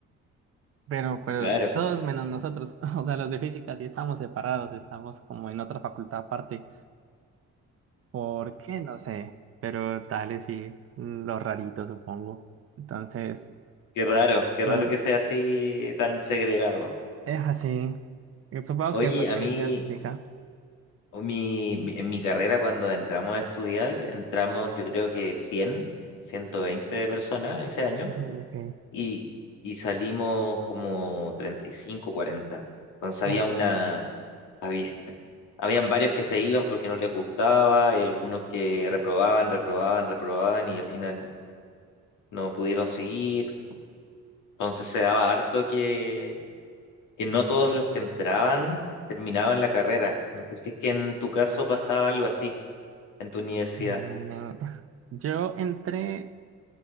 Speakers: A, on the right (about 50°); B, on the left (about 85°).
A: pero, pero
B: claro,
A: todos menos nosotros, <laughs> o sea, los de física sí estamos separados, estamos como en otra facultad aparte, ¿por qué? No sé, pero tal y sí, lo rarito supongo, entonces...
B: qué raro, qué
A: No,
B: raro
A: no.
B: que sea así tan segregado.
A: Es así. Yo supongo
B: Oye,
A: que porque
B: a mí,
A: decía científica.
B: o mi, mi- en mi carrera cuando entramos a estudiar, entramos yo creo que 100, 120 personas ese año
A: Mm, ok.
B: y, y salimos como 35, 40. Entonces había
A: Oh,
B: una... había- Habían varios que se iban porque no les gustaba, y algunos que reprobaban, reprobaban, reprobaban y al final no pudieron seguir. Entonces se daba harto que, que no todos los que entraban terminaban la carrera. No sé si es que en tu caso pasaba algo así en tu universidad.
A: em, yo entré,